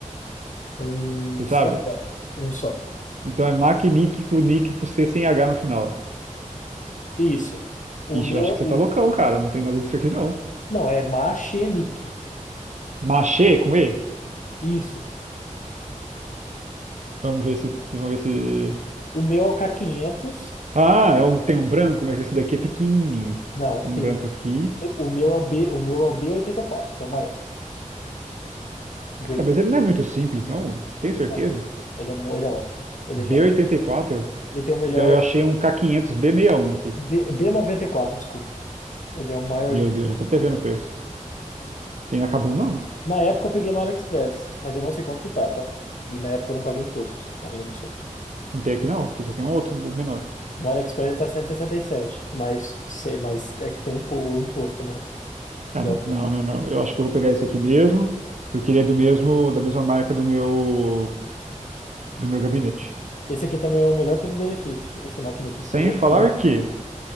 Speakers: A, on the left; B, on the right.
A: Um
B: Você sabe?
A: CH, um só.
B: Então é Macnique com Nick com C sem H no final.
A: Isso. O
B: Ixi,
A: meu,
B: eu acho que você
A: o,
B: tá loucão, cara. Não tem nada disso aqui, não.
A: não, é Machinic.
B: Machê com E?
A: Isso.
B: Vamos ver se. se- Vamos ver se.
A: O meu é o K500.
B: Ah, é um, tem um branco, mas esse daqui é pequenininho.
A: Não,
B: Tem um
A: tem.
B: branco aqui.
A: O meu é o B, o meu é o b oitenta e quatro que é o maior. O b
B: Cara,
A: oitenta
B: mas ele não é muito simples, não.
A: e
B: Tem certeza?
A: quatro ele é, mo- ele é ótimo. Ele
B: b
A: já, é-
B: oitenta
A: me-
B: E quatro?
A: ele tem o melhor
B: E aí Eu achei um k quinhentos b sessenta e um aqui.
A: B, B94, desculpa. Ele é o maiorzinho.
B: Meu Deus, eu tô até vendo o preço. Tem acabou, não?
A: Na época eu peguei no AliExpress, mas eu não sei quanto que tá, tá? E na época eu não paguei imposto. Aí eu não sei.
B: Não tem aqui, não? Aqui só tem um outro, o menor.
A: No AliExpress ele tá cento e sessenta e sete mas sei, mas é que tem impo- o imposto, né?
B: Ah,
A: do
B: não, não, não, não. Eu acho que eu vou pegar esse aqui mesmo, porque ele é do mesmo, da mesma marca do meu, do meu gabinete.
A: Esse aqui também é o melhor custo-benefício. Esse Mackinic
B: Sem
A: aqui, excelente,
B: falar que,